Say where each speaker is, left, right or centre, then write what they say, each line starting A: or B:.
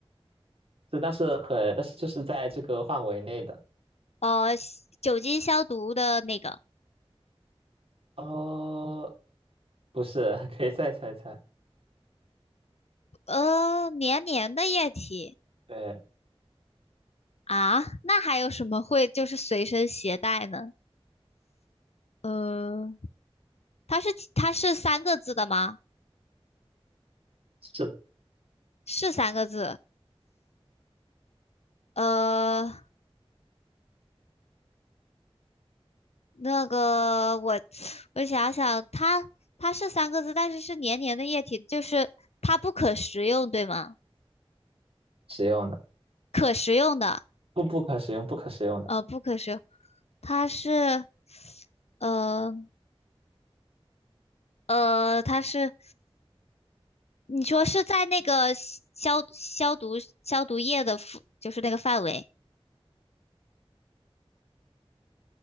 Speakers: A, on the right; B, on the left.
A: 就但是很但是就是在这个范围内的。
B: 呃，酒精消毒的那个，
A: 哦，不是，<laughs> 可以再猜猜。
B: 呃，黏黏的液体
A: 对，
B: 啊，那还有什么会就是随身携带呢？呃，它是它是三个字的吗？
A: 是
B: 是三个字。呃，那个我我想想，它它是三个字，但是是黏黏的液体，就是它不可食用，对吗？
A: 使用的，
B: 可食用的。
A: 不不可使用，不可使用的
B: 呃，不可食用，它是，呃呃，它是，你说是在那个消消毒消毒液的附，
A: 啊，
B: 就是那个范围，